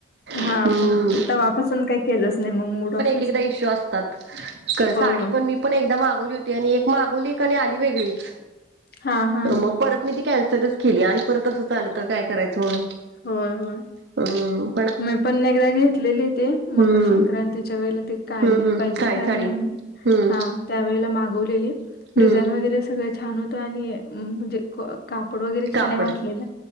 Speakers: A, on the left; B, on the right.
A: हा
B: हम्म
A: मग तव्हापासून काय केलंच नाही मग मूड ऑफ.
B: तिकडे इशू असतात साडी
A: होय
B: पण मी पण एकद मागवली होती, आणि एक मागवली का आणि आली वेगळीच.
A: हा हा.
B: मग परत मी ती कॅन्सरच केली आणि परत असं आललं तर काय करायचं म्हणून.
A: होय होय.
B: हम्.
A: मी पण एकदा घेतलेली ते
B: हम्म
A: मकर संक्रांतीच्या वेळे ती काळी
B: हम्म हम्म
A: पाहिजे
B: काळी
A: साडी म्हणून
B: हम्म.
A: हां, त्यावेळेला मागवलेली
B: हम्म
A: डिझाईन वगैरे सगळ छान होतं आणि म्हणजे कापड वगैरे
B: कापड
A: छान आहे वाटलेला